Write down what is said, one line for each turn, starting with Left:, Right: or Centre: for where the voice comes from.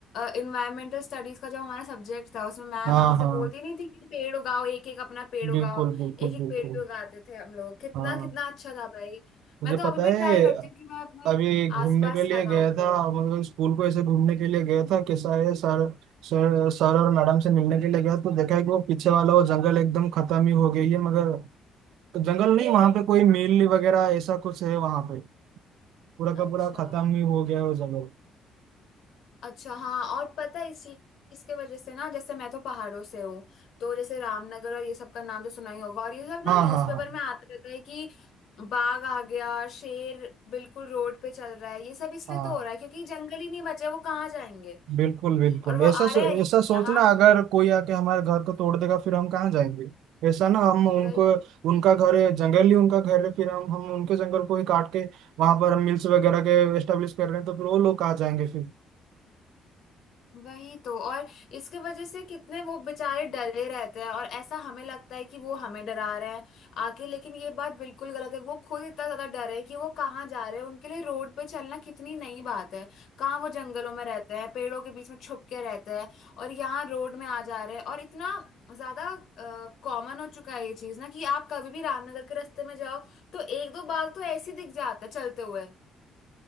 Left: इन्वायरमेंटल स्टडीज का जो हमारा सब्जेक्ट था उसमें मैम
Right: हाँ
Left: हमसे
Right: हाँ
Left: बोलती नहीं थी कि पेड़ उगाओ एक एक अपना पेड़ उगाओ
Right: बिल्कुल बिल्कुल
Left: एक एक
Right: बिल्कुल
Left: पेड़ भी उगाते थे हम लोग कितना
Right: हाँ
Left: कितना अच्छा था भाई
Right: मुझे
Left: मैं तो अभी
Right: पता
Left: भी
Right: है
Left: ट्राई करती हूँ कि मैं अपने
Right: अभी घूमने
Left: आसपास
Right: के लिए
Left: लगाऊं
Right: गया था
Left: पेड़
Right: मतलब स्कूल को ऐसे घूमने के लिए गया था कैसा है सर सर सर और मैडम से मिलने के लिए गया तो देखा है कि वो पीछे वाला वो जंगल एकदम खत्म ही हो गई है मगर तो जंगल नहीं वहां पे कोई मिल वगैरह ऐसा कुछ है वहां पे पूरा का
Left: अच्छा
Right: पूरा खत्म ही हो गया है वो जंगल
Left: अच्छा हाँ और पता है इस चीज इसके वजह से ना जैसे मैं तो पहाड़ों से हूँ तो जैसे रामनगर और ये सब का नाम तो सुना ही होगा और ये सब ना
Right: हाँ
Left: न्यूज़पेपर
Right: हाँ हाँ
Left: में आता रहता है कि बाघ आ गया शेर बिल्कुल रोड पे चल रहा है ये सब इसलिए
Right: हाँ
Left: तो हो रहा है क्योंकि जंगल ही नहीं बचे वो कहाँ जाएंगे
Right: बिल्कुल बिल्कुल
Left: और वो आ
Right: ऐसा सो,
Left: रहे हैं
Right: ऐसा सोचना
Left: यहाँ
Right: अगर कोई आके हमारे घर को तोड़ देगा फिर हम कहाँ जाएंगे ऐसा ना हम उनको
Left: वही
Right: उनका घर है जंगल ही उनका घर है फिर हम हम उनके जंगल को ही काट के वहां पर हम मिल्स वगैरह के एस्टेब्लिश कर रहे हैं तो फिर वो लोग कहाँ जाएंगे फिर
Left: वही तो और इसके वजह से कितने वो बेचारे डरे रहते हैं और ऐसा हमें लगता है कि वो हमें डरा रहे हैं आके लेकिन ये बात बिल्कुल गलत है वो खुद इतना ज्यादा डरे हैं कि वो कहाँ जा रहे हैं उनके लिए रोड पे चलना कितनी नई बात है कहाँ वो जंगलों में रहते हैं पेड़ों के बीच में छुप के रहते हैं और यहाँ रोड में आ जा रहे हैं और इतना ज्यादा कॉमन हो चुका है ये चीज ना कि आप कभी भी रामनगर के रास्ते में जाओ तो एक दो बाघ तो ऐसे ही दिख जाता है चलते हुए